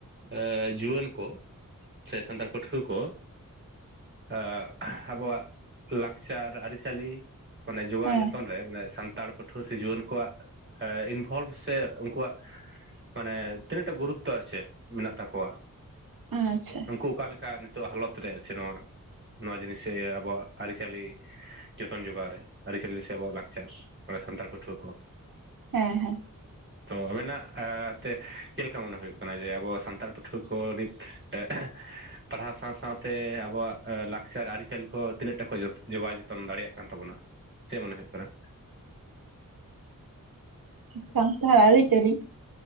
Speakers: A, on the right (about 35°); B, on the right (about 80°).
A: ᱟᱸ ᱡᱩᱣᱟᱹᱱ ᱠᱚ ᱥᱮ ᱥᱟᱱᱛᱟᱲ ᱯᱟᱹᱴᱷᱩᱣᱟᱹ ᱠᱚ ᱟᱸᱜ ᱟᱵᱚᱣᱟᱜ ᱞᱟᱠᱪᱟᱨ ᱟᱹᱨᱤᱪᱟᱹᱞᱤ ᱢᱟᱱᱮ ᱡᱚᱜᱟᱣ
B: ᱦᱮᱸ
A: ᱡᱚ <unintelligible> ᱥᱟᱱᱛᱟᱲ ᱯᱟᱹᱴᱷᱩᱣᱟᱹ ᱥᱮ ᱡᱩᱣᱟᱹᱱ ᱠᱚᱣᱟᱜ ᱮᱸ ᱤᱱᱵᱷᱚᱞᱵᱷ ᱥᱮ ᱩᱱᱠᱩᱣᱟᱜ ᱢᱟᱱᱮ ᱛᱤᱱᱟᱹᱜᱴᱟ ᱜᱩᱨᱩᱛᱛᱚ ᱟᱨ ᱪᱮᱫ ᱢᱮᱱᱟᱜ ᱛᱟᱠᱚᱣᱟ
B: ᱟᱪᱪᱷᱟ᱾
A: ᱩᱱᱠᱩ ᱚᱠᱟᱞᱮᱠᱟ ᱱᱤᱛᱚᱜ ᱦᱟᱞᱚᱛ ᱨᱮ ᱟᱪᱷᱮ ᱱᱚᱣᱟ ᱱᱚᱣᱟ ᱡᱤᱱᱤᱥᱟᱹᱭ ᱟᱵᱚᱣᱟᱜ ᱟᱹᱨᱤᱪᱟᱹᱞᱤ ᱡᱚᱛᱚᱱ ᱡᱚᱜᱟᱣ ᱨᱮ ᱟᱹᱨᱤᱪᱟᱹᱞᱤ ᱥᱮ ᱟᱵᱚᱣᱟᱜ ᱞᱟᱠᱪᱟᱨ ᱛᱷᱚᱲᱟ ᱥᱟᱱᱛᱟᱲ ᱯᱟᱹᱴᱷᱩᱣᱟᱹ ᱠᱚ᱾
B: ᱦᱮᱸ ᱦᱮᱸ᱾
A: <inaudible> ᱛᱚ ᱟᱵᱮᱱᱟᱜ ᱟ ᱛᱮ ᱪᱮᱫ ᱞᱮᱠᱟ ᱢᱚᱱᱮ ᱦᱩᱭᱩᱜ ᱠᱟᱱᱟ ᱡᱮ ᱟᱵᱚ ᱥᱟᱱᱛᱟᱲ ᱯᱟᱹᱴᱷᱩᱣᱟᱹ ᱠᱚ ᱱᱤᱛ ᱮᱸᱜ ᱯᱟᱲᱦᱟᱣ ᱥᱟᱶ ᱥᱟᱶᱛᱮ ᱟᱵᱚᱣᱟᱜ ᱟᱹ ᱞᱟᱠᱪᱟᱨ ᱟᱹᱨᱤᱪᱟᱹᱞᱤ ᱠᱚ ᱛᱤᱱᱟᱹᱜ ᱴᱟ ᱠᱚ ᱡᱚᱛ ᱡᱚᱜᱟᱣ ᱡᱚ ᱛᱚᱱ ᱫᱟᱲᱮᱭᱟᱜ ᱠᱟᱱ ᱛᱟᱵᱚᱱᱟ ᱪᱮᱫ ᱢᱚᱱᱮ ᱦᱩᱭᱩᱜ ᱠᱟᱱᱟ?
B: ᱥᱟᱱᱛᱷᱟᱲ ᱟᱹᱨᱤᱪᱟᱹᱞᱤ?